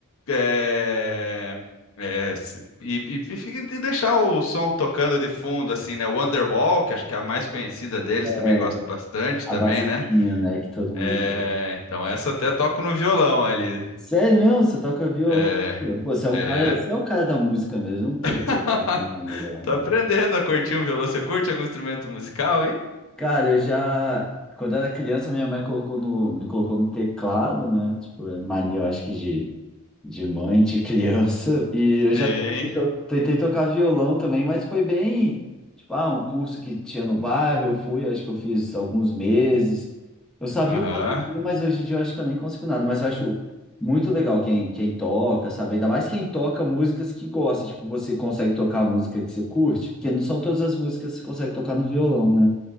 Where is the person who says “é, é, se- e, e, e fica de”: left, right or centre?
Left